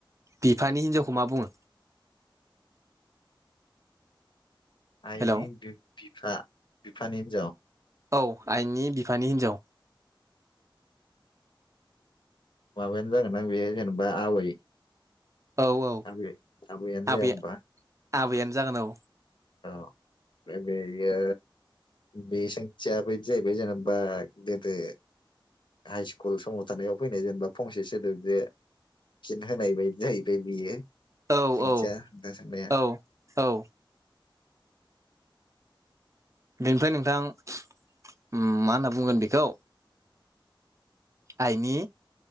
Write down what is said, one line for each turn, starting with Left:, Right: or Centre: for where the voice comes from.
Right: बिफानि हिनजावखौ मा बुङो
Left: आइ
Right: हेलौ
Left: नि बि- बिफा बिफानि हिनजाव
Right: औ आइनि बिफानि हिनजाव
Left: माबायानो जागोन जां बेयो जेनेबा आबै
Right: औ औ
Left: आबै आबैयानो
Right: आबै
Left: जाया ओमबा
Right: आबैयानो जागोन औ
Left: औ फ्राय बेयो बे सोंथिया बै जाहैबाय जेनेबा गोदो हाइ स्कुल समाव थानायाव फैनाय जेनेबा फंसे सोदोबजो फिन होनाय बायदि जाहैबाय बियो।
Right: औ
Left: सोंथिया
Right: औ
Left: दा सोंनाया।
Right: औ औ बेनिफ्राय नोंथां मा होनना बुंगोन बेखौ आइनि